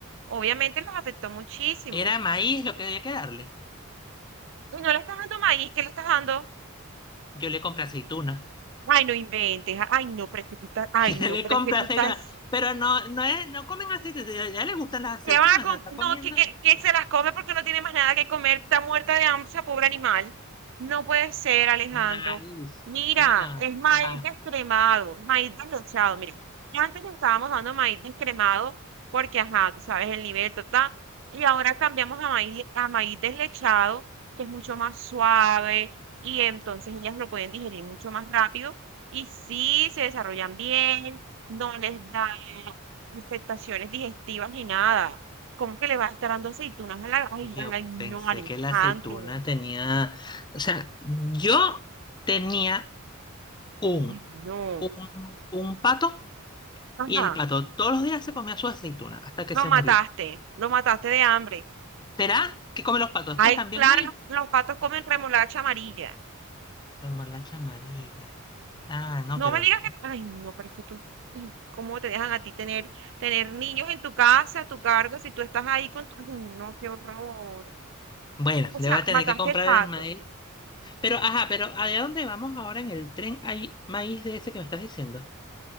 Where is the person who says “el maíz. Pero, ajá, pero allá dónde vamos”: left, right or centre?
Left